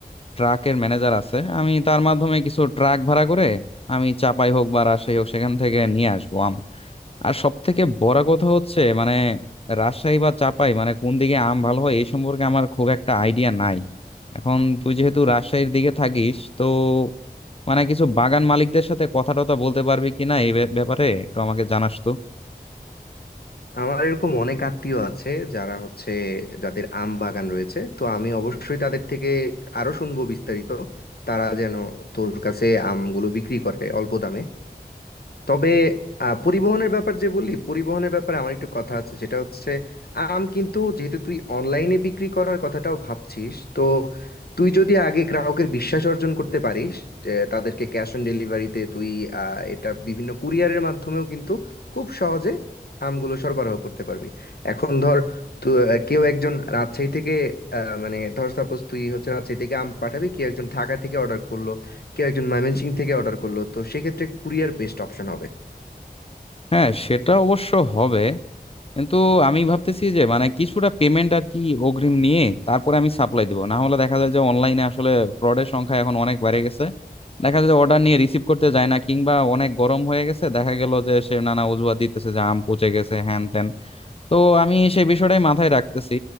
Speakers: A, on the left; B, on the left.
A: ট্রাকের ম্যানেজার আছে আমি তার মাধ্যমে কিছু ট্রাক ভাড়া করে আমি চাপাই হোক বা রাজশাহী হোক সেখান থেকে নিয়ে আসবো আম আর সব থেকে বড় কথা হচ্ছে মানে রাজশাহী বা চাপাই মানে কোন দিকে আম ভালো হয় এই সম্পর্কে আমার খুব একটা আইডিয়া নাই এখন তুই যেহেতু রাজশাহীর দিকে থাকিস তো মানে কিছু বাগান মালিকদের সাথে কথা টথা বলতে পারবি কিনা এই ব্যাপারে একটু আমাকে জানাস তো
B: আমার এরকম অনেক আত্মীয় আছে যারা হচ্ছে যাদের আম বাগান রয়েছে তো আমি অবশ্যই তাদের থেকে আরো শুনবো বিস্তারিত তারা যেন তোর কাছে আমগুলো বিক্রি করে অল্প দামে তবে আহ, পরিবহনের ব্যাপার যে বললি পরিবহনের ব্যাপারে আমার একটু কথা আছে সেটা হচ্ছে আম কিন্তু যেহেতু তুই অনলাইনে বিক্রি করার কথাটাও ভাবছিস তো তুই যদি আগে গ্রাহকের বিশ্বাস অর্জন করতে পারিস যে তাদেরকে ক্যাশ অন ডেলিভারিতে তুই আহ, এটা বিভিন্ন কুরিয়ারের মাধ্যমেও কিন্তু খুব সহজে আমগুলো সরবরাহ করতে পারবি এখন ধর তো কেউ একজন রাজশাহী থেকে আহ, মানে ধর সাপোজ তুই হচ্ছে রাজশাহী থেকে আম পাঠাবি কেউ একজন ঢাকা থেকে অর্ডার করলো কেউ একজন ময়মনসিং থেকে অর্ডার করলো তো সেক্ষেত্রে কুরিয়ার বেস্ট অপশন হবে
A: হ্যাঁ সেটা অবশ্য হবে কিন্তু আমি ভাবতেছি যে মানে কিছুটা পেমেন্ট আর কি অগ্রিম নিয়ে তারপরে আমি সাপ্লাই দিব না হলে দেখা যায় যে অনলাইনে আসলে ফ্রডের সংখ্যা এখন অনেক বেড়ে গেছে দেখা যায় যে অর্ডার নিয়ে রিসিভ করতে যায় না কিংবা অনেক গরম হয়ে গেছে দেখা গেল যে সে নানা অজুহাত দিতেছে যে আম পচে গেছে হ্যান ত্যান তো আমি সেই বিষয়টাই মাথায় রাখতেছি